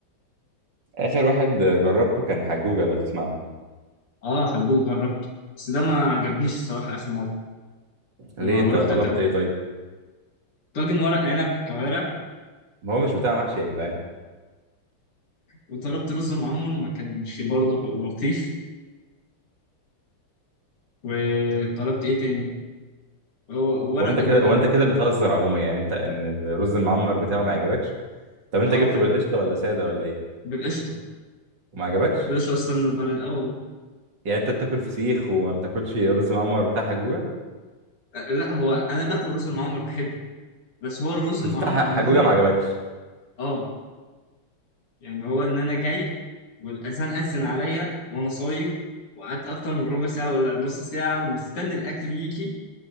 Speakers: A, on the right (about 55°); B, on the left (about 80°).
A: اخر واحد آه، جربته كان حجوجه لو تسمع عنه
B: اه حجوج جربته بس ده ما عجبنيش الصراحة آخر مرة ما
A: ليه انت
B: رحت
A: طلبت
B: أكلت
A: ايه طيب
B: طاجن ورق عنب بالكوارع
A: ما هو مش بتاع محشي يا جدعان
B: وطلبت رز معمر ما كانش برضه لطيف وطلبت إيه تاني هو ورق
A: هو انت كده
B: ال
A: هو انت كده بتهزر عموما يعني انت ان الرز المعمر بتاعه ما عجبكش طب انت
B: اه
A: جبته
B: فعلا
A: بالقشطه ولا ساده ولا ايه
B: بالقشطة
A: وما عجبكش
B: بالقشطة أصلا من البلد اه والله.
A: يعني انت بتاكل فسيخ وما بتاكلش رز معمر بتاع حجوجه
B: آه، لا هو أنا باكل رز المعمر بحبه بس هو الرز
A: بس
B: المعمر
A: بتاع
B: عندهم
A: ح- حجوجه ما عجبكش
B: اه يعني هو إن أنا جاي والأذان أذن عليا وأنا صايم وقعدت أكتر من ربع ساعة ولا نص ساعة ومستني الأكل يجي